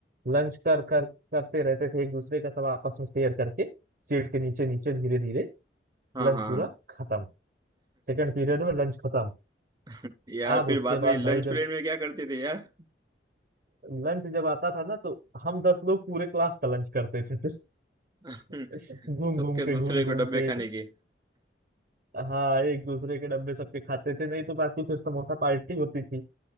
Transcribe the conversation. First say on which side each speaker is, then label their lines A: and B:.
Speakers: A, on the right; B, on the right.
A: लंच कर कर करते रहते थे एक दूसरे का सब आपस में शेयर करके सीट के नीचे नीचे धीरे धीरे
B: हाँ
A: लंच
B: हाँ
A: पूरा
B: हाँ
A: खत्म सेकंड पीरियड में लंच खत्म
B: <laughs> यार
A: आप
B: फिर
A: उसके
B: बाद
A: बाद
B: में लंच
A: भाई जब
B: पीरियड में क्या करते थे यार
A: लंच जब आता था ना तो हम दस लोग पूरे क्लास का लंच करते थे फिर
B: <laughs>
A: <laughs> घूम
B: सबके
A: घूम के
B: दूसरे
A: घूम घूम
B: को डब्बे
A: के
B: खाने के
A: हाँ एक दूसरे के डब्बे सबके खाते थे नहीं तो बाकी फिर समोसा पार्टी होती थी